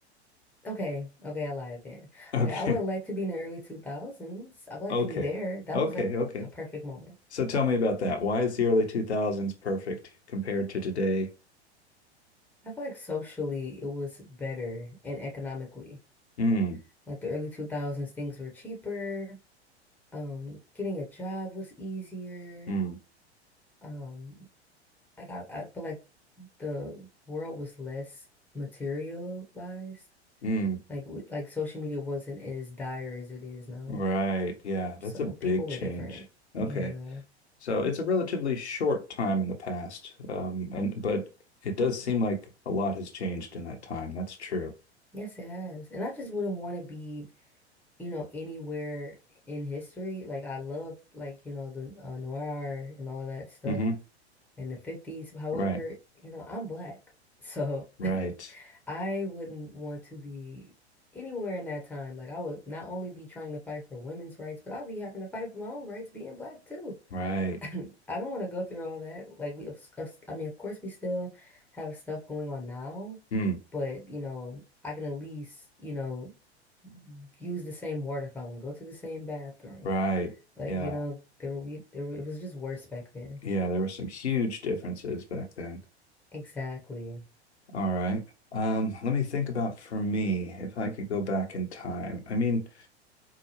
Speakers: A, in the centre; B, on the left (about 75°).
A: Okay, okay, I lied then.
B: Okay,
A: Okay, I would like to be in the early 2000s.
B: <laughs>
A: I would like
B: okay,
A: to be there. That
B: okay,
A: was like
B: okay.
A: a perfect moment.
B: So tell me about that. Why is the early 2000s perfect compared to today?
A: I feel like socially it was better and economically.
B: Mm,
A: Like the early 2000s, things were cheaper. Um, getting a job was easier.
B: mm,
A: Um, Like I, I feel like the world was less materialized.
B: mm.
A: Like we, like social media wasn't as dire as it is now.
B: Right. Yeah, that's
A: So
B: a big
A: people
B: change.
A: were different.
B: Okay.
A: Yeah.
B: So it's a relatively short time in the past, um, and but it does seem like a lot has changed in that time. That's true.
A: Yes, it has. And I just wouldn't want to be, you know, anywhere in history. Like I love like, you know, the uh, noir and all of that stuff
B: hmm
A: in the 50s. However,
B: Right,
A: you know, I'm black. <laughs> So
B: right,
A: I wouldn't want to be anywhere in that time. Like I would not only be trying to fight for women's rights, but I'd be having to fight for my own rights being black too.
B: right,
A: <laughs> I don't want to go through all that. Like we, of of s- I mean, of course we still have stuff going on now,
B: Hmm.
A: but you know, I can at least, you know, use the same water fountain, go to the same bathroom.
B: right.
A: Like,
B: Yeah,
A: you know, there were we there were, it was just worse back then.
B: yeah. There were some huge differences back then.
A: Exactly.
B: All right. Um, let me think about for me if I could go back in time. I mean,